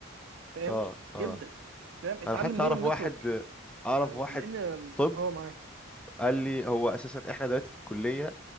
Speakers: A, on the right; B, in the centre.
A: فاهم
B: اه
A: جدا
B: اه
A: فاهم اتعلم
B: انا حتى
A: نيورال
B: اعرف
A: نتورك
B: واحد اعرف
A: آه
B: واحد
A: لان ال-
B: طب
A: اه معاك
B: قال لي هو اساسا احنا دلوقتي في الكلية